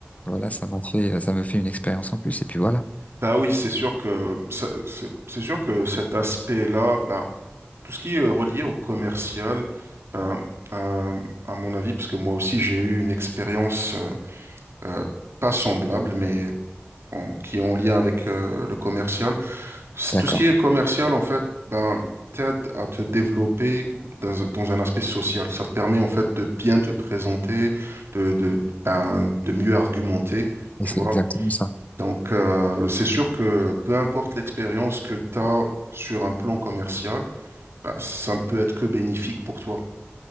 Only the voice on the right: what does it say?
Bah oui, c'est sûr que ça- c'est c'est sûr que cet aspect-là, ben, tout ce qui est relié au commercial, ben, euh, à mon avis, parce que moi aussi j'ai eu une expérience euh, euh, pas semblable, mais en- qui est en lien avec euh, le commercial. C-
Tout ce qui est commercial, en fait, ben, t'aide à te développer dans, un dans un aspect social. Ça te permet en fait de bien te présenter, de, de, ben, de mieux argumenter,
tu
vois.
Donc, euh, c'est sûr que peu importe l'expérience que tu as sur un plan commercial, bah, ça ne peut être que bénéfique pour toi.